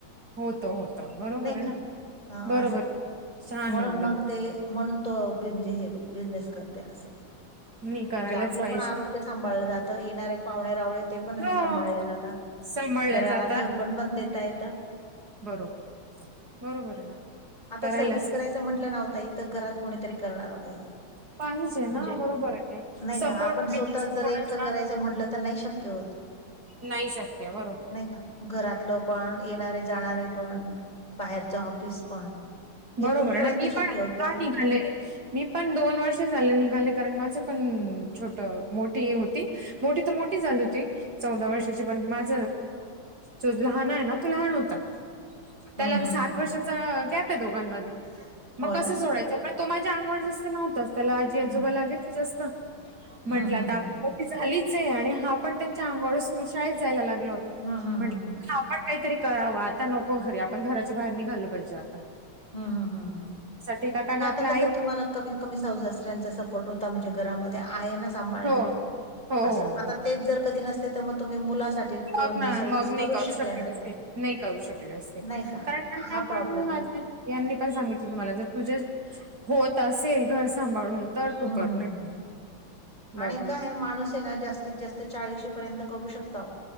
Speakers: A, on the right; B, on the left.
A: होत, होत बरोबर
B: नाही
A: आहे
B: का
A: ना,
B: ह
A: बरोबर.
B: असं
A: छान
B: म्हणून
A: एकदम
B: मग ते, म्हणून तो म्हणजे हे बिझनेस करते असं.
A: नाही करायलाच
B: जे, आपलं
A: पाहिजे
B: पण आरोग्य सांभाळलं जातं. येणारे पाहुणे रावळे ते पण
A: हो
B: सांभाळले जातात.
A: सांभाळल्या
B: घराला
A: जातात
B: घरपण पण देता येत.
A: बरोबर, बरोबर हेय ना.
B: आता
A: करायलाच
B: सर्व्हिस करायचं म्हटलं ना वो ताई, तर घरात कोणीतरी करणार पाहिजे.
A: पाहिजे
B: म्हणजे,
A: ना बरोबर आहे
B: नाही
A: सपोर्ट
B: का आपण
A: पाहिजे
B: स्वतःता जर
A: कोणाचा
B: एकटं करायचं म्हटलं तर नाही शक्य होत.
A: नाही शक्य, बरोबर.
B: नाही का घरातलं पण, येणारे जाणारे पण, बाहेरच ऑफिस पण.
A: बरोबर
B: हे कुठपर्यंत
A: आहे ना, मी
B: शक्य
A: पण आता
B: होतं?
A: निघाले. मी पण दोन वर्ष झाले निघाले, कारण माझ पण छोट मोठी ही होती. मोठी तर मोठी झाली होती. चौदा वर्षाची पण, माझ जो लहान आहे ना तो लहान होता. त्याला
B: हं,
A: तर
B: हं,
A: सात
B: हं.
A: वर्षाच गॅप आहे दोघांणमध्ये, मग
B: हो
A: कसं
B: ना?
A: सोडायचं. पण तो माझ्या अंगावर जास्त नव्हताच, त्याला आजी- आजोबा
B: हं.
A: लागायचं जास्त, म्हंटलं
B: हं, हं,
A: तर आपण
B: हं.
A: झालीच आहे, आणि हा पण त्यांच्या अंगावर स्कूल शाळेत जायला लागला होता.
B: हं, हं,
A: म्हटलं
B: हं, हं.
A: पण काहीतरी करावं, आता नको घरी आपण घराच्या बाहेर निघालं पाहिजे आता.
B: हम्, हम्, ह्
A: साठी का कारण
B: नाही
A: आपल्या
B: आता कस
A: आई
B: तुम्हाला कमीत सासू-सासऱ्यांचा सपोर्ट होता म्हणजे घरामध्ये आहे ना सांभाणारे,
A: हो हो हो
B: अस आता
A: हो
B: तेच जर कधी नसते तर मग तुम्ही मुलांसाठी म्हणजे
A: मग ना
B: सर्व्हिस
A: मग नाही
B: करूच
A: करू
B: शकल्या
A: शकले
B: नसत्या,
A: असते नाही करू शकले असते
B: नाही का.
A: कारण त्यांना
B: हा प्रॉब्लेम
A: पण माझ्या यांनी पण सांगितलं होतं मला, जर तुझे होत असेल घर सांभाळून तर तू
B: हम्म,
A: कर
B: हम्,
A: नाही
B: हम्
A: मग
B: आणि
A: मी
B: काय माणूस हे ना जास्त जास्तीत -जास्त चाळीशी पर्यंत करू शकता अहो.